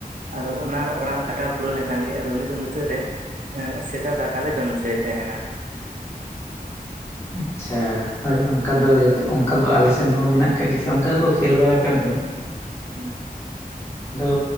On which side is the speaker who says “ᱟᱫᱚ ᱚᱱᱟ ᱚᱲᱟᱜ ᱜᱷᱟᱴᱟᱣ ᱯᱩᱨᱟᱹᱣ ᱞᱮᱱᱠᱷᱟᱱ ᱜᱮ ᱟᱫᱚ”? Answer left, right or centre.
Right